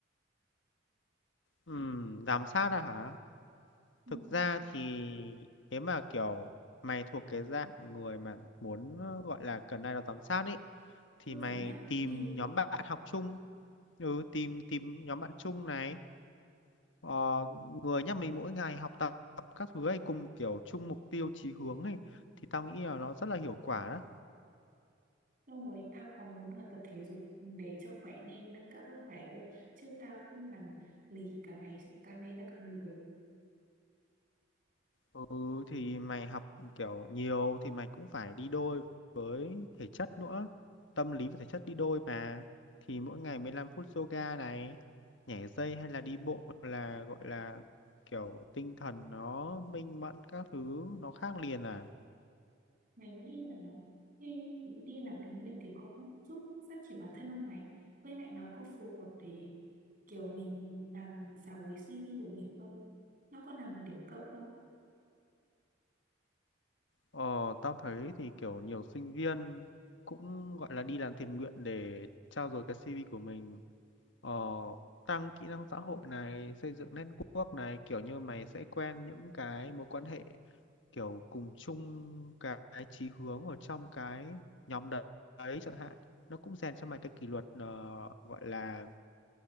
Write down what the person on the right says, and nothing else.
ừ.
cứ
phải nhắc
đi ấy.
xong rồi tao còn muốn là tập thể dục để cho khỏe nên nâng cao sức khỏe cơ chứ tao cứ nằm lì cả ngày xong càng ngày tao càng lười
Mày nghĩ là khi đi làm tình nguyện thì có giúp phát triển bản thân không mày? Với lại nó có phù hợp để kiểu mình làm giàu với CV của mình không? Nó có là một điểm cộng không?